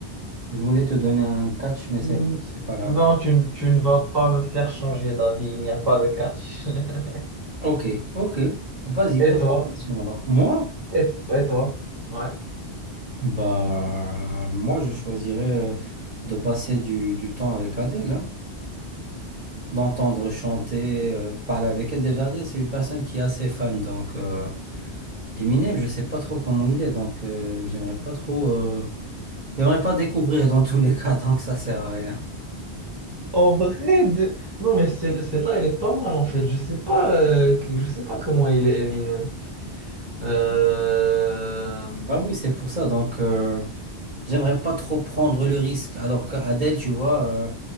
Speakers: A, on the right (about 40°); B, on the right (about 20°).
A: Je voulais te donner un catch, mais c'est
B: Hmm,
A: bon, c'est pas grave.
B: Non, tu, ne- tu ne vas pas me faire changer d'avis, il n'y a pas de catch. <laughs>
A: Ok, ok. Vas-y,
B: Et
A: pose
B: toi?
A: la question alors. Moi?
B: Et, et toi? Ouais.
A: Bah, moi, je choisirais euh, de passer du, du temps avec Adèle, hein. L'entendre chanter, euh, parler avec elle. Déjà, Adèle, c'est une personne qui est assez fan, donc... euh, Eminem, je sais pas trop comment il est, donc euh, j'aimerais pas trop, euh, j'aimerais pas découvrir dans tous les cas, <laughs> donc ça sert à rien.
B: En vrai, de... non, mais celle- celle-là, elle est pas mal en fait. Je sais pas, euh, que- je sais pas comment il est Eminem. Euh, Euh,
A: Ah oui, c'est pour ça, donc euh, j'aimerais pas trop prendre le risque. Alors qu'Adèle, tu vois, euh,